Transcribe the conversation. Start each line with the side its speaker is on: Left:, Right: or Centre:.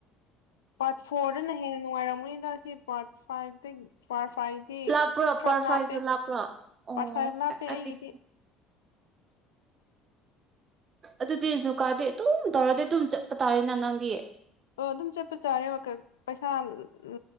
Left: ꯄꯥꯔꯠ ꯐꯣꯔꯗꯅ ꯍꯦꯟꯅ ꯅꯨꯡꯉꯥꯏꯔꯝꯒꯅꯤ ꯏꯟꯗ ꯁꯤ ꯄꯥꯔꯠ ꯐꯥꯏꯚꯇ ꯄꯥꯔꯠ ꯐꯥꯏꯚꯇꯤ
Right: ꯂꯥꯞꯄ꯭ꯔꯣ
Left: ꯈꯔ
Right: ꯄꯔꯐꯥꯏꯗꯨ
Left: ꯂꯥꯞꯄꯦ
Right: ꯂꯥꯞꯄ꯭ꯔꯣ ꯑꯣ
Left: ꯄꯥꯔꯠ ꯐꯥꯏꯚ ꯂꯥꯞꯄꯦ
Right: ꯑꯩꯗꯤ
Left: ꯑꯩꯒꯤꯗꯤ
Right: ꯑꯗꯨꯗꯤ ꯖꯨ ꯀꯥꯔꯗꯦ ꯑꯗꯨꯝ ꯇꯧꯔꯗꯤ ꯑꯗꯨꯝ ꯆꯠꯄ ꯇꯥꯔꯦꯅꯦ ꯅꯪꯗꯤ
Left: ꯑꯣ ꯑꯗꯨꯝ ꯆꯠꯄ ꯆꯥꯔꯦꯕ ꯄꯩꯁꯥ ꯎ